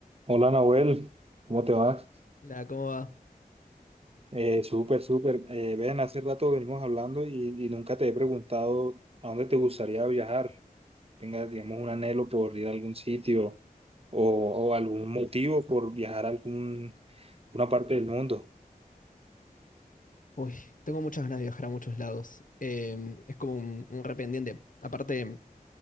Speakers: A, on the right; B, on the left.
A: Hola Nahuel, ¿cómo te va?
B: La, ¿cómo va?
A: Eh, súper, súper. Eh, ven, hace rato venimos hablando y, y nunca te he preguntado a dónde te gustaría viajar. Tengas, digamos, un anhelo por ir a algún sitio o, o algún motivo por viajar a algún, una parte del mundo.
B: Uy, tengo muchas ganas de viajar a muchos lados. Eh, es como un, un rependiente. Aparte,